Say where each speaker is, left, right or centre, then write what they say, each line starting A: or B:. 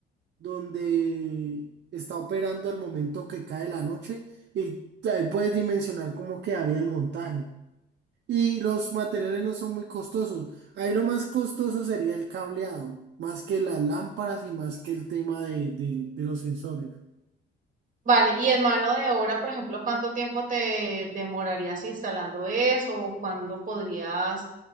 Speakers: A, on the right; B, on the right.
A: donde está operando al momento que cae la noche y ahí puedes dimensionar cómo quedaría el montaje. Y los materiales no son muy costosos. Ahí lo más costoso sería el cableado, más que las lámparas y más que el tema de, de de los sensores.
B: Vale, y en mano de obra, por ejemplo, ¿cuánto tiempo te demorarías instalando eso? ¿O cuándo podrías